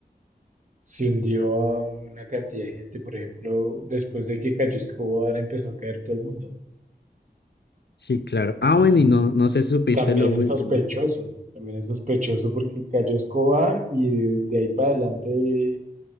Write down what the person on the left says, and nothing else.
Sí, claro. Ah,
bueno, y no, no sé si supiste
lo último.